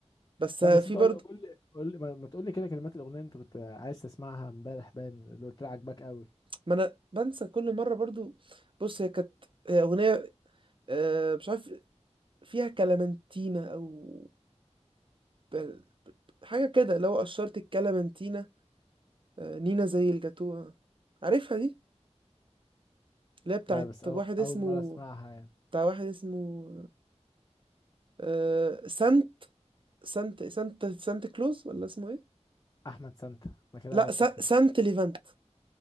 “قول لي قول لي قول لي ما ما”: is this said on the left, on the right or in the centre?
Left